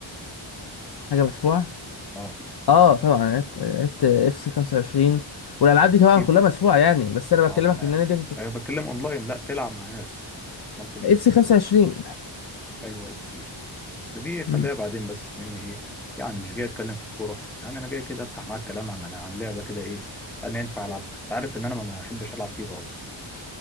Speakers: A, on the left; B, in the centre.
A: حاجة مدفوعة
B: اه
A: اه طبعا أنا لعبت لعبت اف سي 25 والألعاب دي طبعا
B: فيفا
A: كلها مدفوعة يعني بس أنا
B: اه
A: بكلمك
B: تمام
A: إن أنا دي
B: انا بتكلم اونلاين لا تلعب مع ناس مالتي بلاير
A: اف سي 25
B: كده حلو اف سي بس دي خليها
A: مم.
B: بعدين بس مني ايه يعني مش جاي اتكلم في الكورة يعني انا جاي كده افتح معاك كلام عن عن لعبة كده ايه انا ينفع العبها انت عارف ان انا ما بحبش العب فيفا اصلا